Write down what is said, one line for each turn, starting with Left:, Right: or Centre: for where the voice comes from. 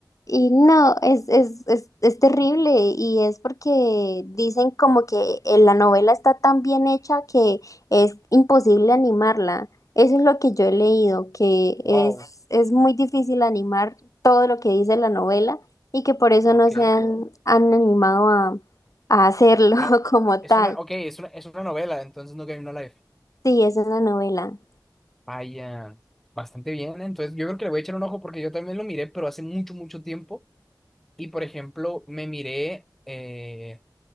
Left: Y no, es, es, es, es terrible y es porque dicen como que eh, la novela está tan bien hecha que es imposible animarla. Eso es lo que yo he leído, que
Centre: Wow.
Left: es, es muy difícil animar todo lo que dice la novela y que por eso
Centre: Ah,
Left: no
Centre: Ok.
Left: se han, han animado a, a hacerlo
Centre: Ah,
Left: <laughs> como
Centre: es
Left: tal.
Centre: una, ok, es una, es una novela, entonces No Game No Life.
Left: Sí, es una novela.
Centre: Vaya, bastante bien. ¿eh? Entonces yo creo que le voy a echar un ojo porque yo también lo miré, pero hace mucho, mucho tiempo. Y por ejemplo, me miré eh,